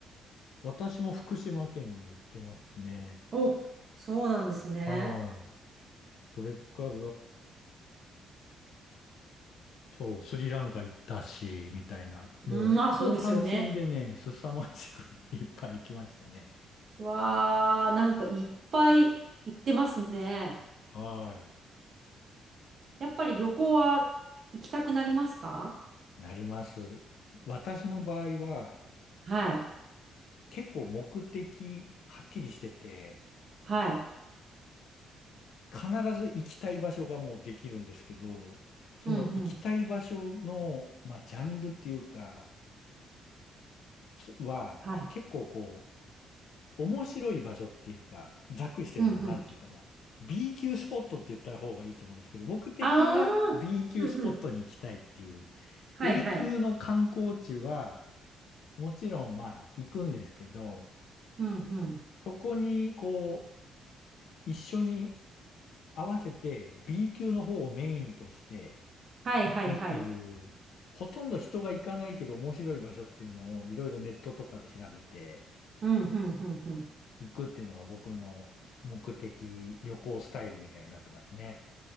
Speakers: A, on the left (about 75°); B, on the right (about 45°).
A: 私も福島県に行ってますね。
B: お、そうなんですね。
A: はい。それから、そう、スリランカ行ったし、みたいな。
B: うん、
A: もう後半戦でね、
B: あ、そうですよね。
A: 凄まじく <laughs> いっぱい行きましたね。
B: わー、なんかいっぱい行ってますね。
A: はい。
B: やっぱり旅行は行きたくなりますか
A: なります。私の場合は、
B: はい。
A: 結構目的はっきりしてて、
B: はい。
A: 必ず行きたい場所がもうできるんですけど、その行きたい場所の、
B: うん、うん。
A: まあ、ジャンルっていうか、つは、
B: はい。
A: 結構こう、面白い場所っていうか、ざっくりしてるのはなんていうかな。
B: うん、うん。
A: B 級スポットって言った方がいいと思うんですけど、僕的な
B: ああ、
A: B 級スポットに行きたいっていう、
B: うん、うん。はい、
A: A
B: はい。
A: 級の観光地は、もちろんまあ行くんですけど、
B: うん、うん。
A: そこにこう、一緒に合わせて B 級の方をメインとして
B: はい、
A: 行くっていう、
B: はい、はい。
A: ほとんど人が行かないけど面白い場所っていうのをいろいろネットとかで調べて
B: うん、うん、うん、うん。
A: 行くっていうのが僕の目的、旅行スタイルみたいになってますね。